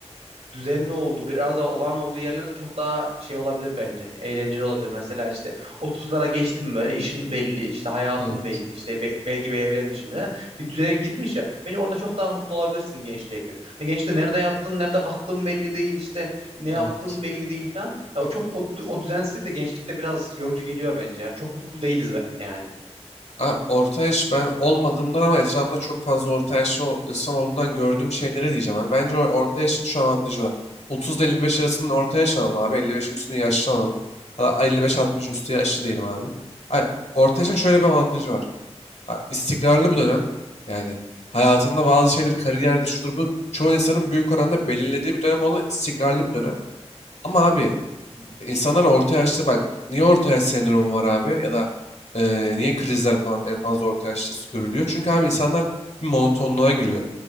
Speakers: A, on the right (about 70°); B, on the left (about 70°).
A: düzenli olduğu biraz daha olağan olduğu yerlerde çok daha şey olabilir bence. Eğlenceli olabilir. Mesela işte otuzlara geçtim mi böyle işin belli, işte hayatın
B: Evet,
A: belli, işte be- belki bir evlenmişim falan. Bir düzene girmiş ya. Bence orada çok daha mutlu olabilirsin gençliğe göre. Hani gençte nerede yattın, nerede kalktığın belli değil, işte ne yaptığın
B: evet.
A: belli değil falan. Ya o çok o, o düzensizlik de gençlikte biraz yorucu geliyor bence. Yani çok mutlu değiliz be, yani.
B: Ha, orta yaş ben olmadığımdan ama etrafımda çok fazla orta yaşlı o- insan olduğundan gördüğüm şeylere diyeceğim. abi. bence o orta yaşın şu avantajı var. 30 ile 55 arasının orta yaş alalım abi. 55'in üstünü yaşlı alalım. Ya da 55-60'ın üstü yaşlı diyelim abi. Ha, orta yaşın şöyle bir avantajı var. Ha, istikrarlı bir dönem. Yani hayatında bazı şeyler, kariyerdir, şudur bu. Çoğu insanın büyük oranda belirlediği bir dönem olan istikrarlı bir dönem. Ama abi
A: Hı hı.
B: İnsanlar orta yaşta bak niye orta yaş sendromu var abi ya da e, niye krizler falan en fazla orta yaşta s- görülüyor? Çünkü abi insanlar bir monotonluğa giriyor.